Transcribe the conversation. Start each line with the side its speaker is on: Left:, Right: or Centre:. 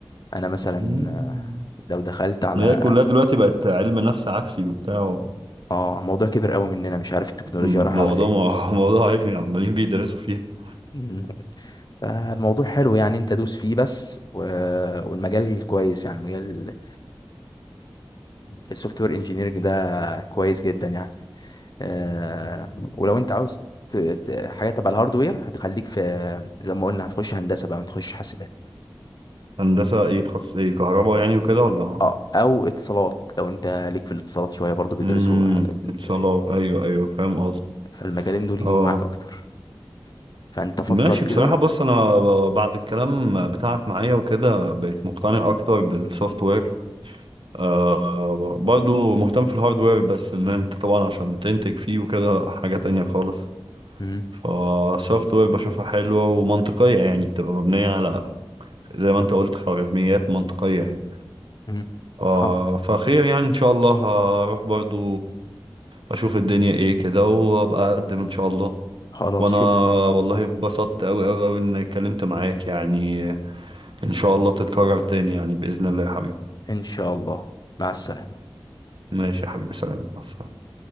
Left: انا مثلا
Right: مم.
Left: آه، لو دخلت على
Right: هي كلها دلوقتي بقت علم نفس عكسي وبتاع و-
Left: اه الموضوع كبر قوي مننا مش عارف التكنولوجيا
Right: مم،
Left: رايحه
Right: موضوع
Left: على فين
Right: <laughs> موضوع علمي عمالين بيدرسوا فيه
Left: مم. فالموضوع حلو يعني انت دوس فيه بس و... والمجال كويس يعني مجال السوفت وير انجينيرنج ده كويس جدا يعني آه، ولو انت عاوز ت- ت- حاجه تبع الهاردوير هتخليك في زي ما قلنا هتخش هندسه بقى ما تخش حاسبات
Right: هندسة ايه تخصص ايه كهرباء يعني وكده ولا
Left: اه او اتصالات لو انت ليك في الاتصالات شويه برضو بيدرسوا
Right: امم
Left: حاجات
Right: اتصالات
Left: كده
Right: ايوه ايوه فاهم قصدي
Left: فالمجالين دول يجيبوا
Right: اه
Left: معاك اكتر فانت فكر
Right: ماشي
Left: كده
Right: بصراحة بص انا ب- بعد الكلام بتاعك معايا وكده بقيت مقتنع اكتر بالسوفت وير آه برضو مهتم في الهاردوير بس ان انت طبعا عشان تنتج فيه وكده حاجة تانية خالص
Left: مم.
Right: فالسوفت وير بشوفها حلوة ومنطقية يعني بتبقى مبنية على زي ما انت قلت خوارزميات منطقية يعني
Left: مم.
Right: آه
Left: خلاص
Right: فخير يعني ان شاء الله هروح برضو اشوف الدنيا ايه كده وابقى اقدم ان شاء الله
Left: خلاص
Right: وانا
Left: شوف
Right: والله اتبسطت اوي اوي اوي اني اتكلمت معاك يعني ان شاء الله تتكرر تاني يعني باذن الله يا حبيبي
Left: ان شاء الله مع السلامه
Right: ماشي يا حبيبي سلام مع السلامة